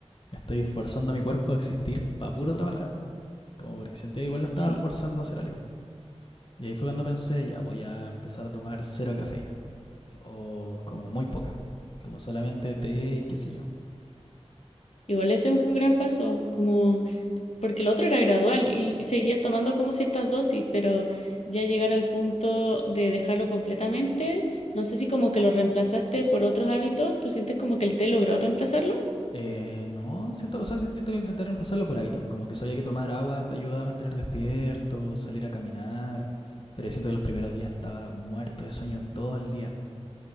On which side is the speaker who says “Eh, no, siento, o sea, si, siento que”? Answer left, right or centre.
Left